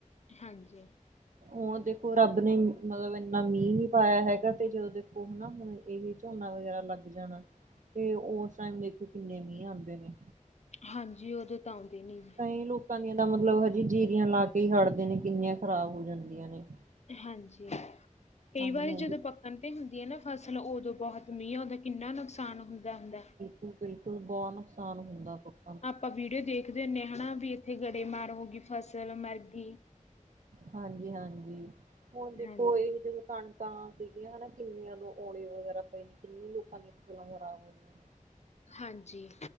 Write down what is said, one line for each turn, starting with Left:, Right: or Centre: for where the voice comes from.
Left: ਹਾਂਜੀ।
Right: ਹੁਣ ਦੇਖੋ ਰੱਬ ਨੇ ਮ ਮਤਲਬ ਇੰਨਾ ਮੀਂਹ ਨੀ ਪਾਇਆ ਹੈਗਾ ਤੇ ਜਦੋਂ ਦੇਖੋ ਹਨਾ ਹੁਣ ਹੁਣ ਇਹੇ ਝੋਨਾ ਵਗੈਰਾ ਲੱਗ ਜਾਣਾ ਤੇ ਉਸ ਟਾਈਮ ਦੇਖੋ ਕਿੰਨੇ ਮੀਂਹ ਆਂਦੇ ਨੇ।
Left: ਹਾਂਜੀ ਉਦੋਂ ਤਾਂ ਆਉਂਦੇ ਨੀ। ਜੀ
Right: ਕਈ ਲੋਕਾਂ ਦੀਆਂ ਤਾਂ ਮਤਲਬ ਹਜੇ ਜੀਰੀਆਂ ਲਾ ਕੇ ਹੀ ਹੜਦੇ ਨੇ ਕਿੰਨੀਆਂ ਖਰਾਬ ਹੋ ਜਾਂਦੀਆਂ ਨੇ।
Left: ਹਾਂਜੀ, ਕਈ
Right: ਹਾਂਜੀ-ਹਾਂਜੀ
Left: ਵਾਰੀ ਜਦੋਂ ਪ- ਪੱਕਣ ਤੇ ਹੁੰਦੀ ਨਾ ਫਸਲ ਉਦੋਂ ਬਹੁਤ ਮੀਂਹ ਆਉਦਾ ਦਾ ਕਿੰਨਾ ਨੁਕਸਾਨ ਹੁੰਦਾ, ਹੁੰਦਾ।
Right: ਬਿਲਕੁਲ ਬਿਲਕੁਲ ਬਹੁਤ ਨੁਕਸਾਨ ਹੁੰਦਾ ਲੋਕਾਂ ਨੂੰ।
Left: ਆਪਾਂ ਵੀਡੀਓ ਦੇਖਦੇ ਹੁੰਨੇ ਹਨਾ ਵੀ ਇੱਥੇ ਗੜੇ ਮਾਰ ਹੋ ਗਈ ਫਸਲ ਮਰਗੀ
Right: ਹਾਂਜੀ - ਹਾਂਜੀ ਹੁਣ ਦੇਖੋ
Left: ਹਾਂਜੀ,
Right: ਇਹ ਜਦੋਂ ਕਣਕਾਂ ਸੀਗੀਆਂ ਹਨਾ ਕਿੰਨਿਆ ਓਲੇ ਵਗੈਰਾ ਪਏ ਨੇ ਕਿੰਨੇ ਲੋਕਾਂ ਦੀਆਂ ਫਸਲਾਂ ਖਰਾਬ ਹੋਈਆਂ। ਨੇ
Left: ਹਾਂਜੀ।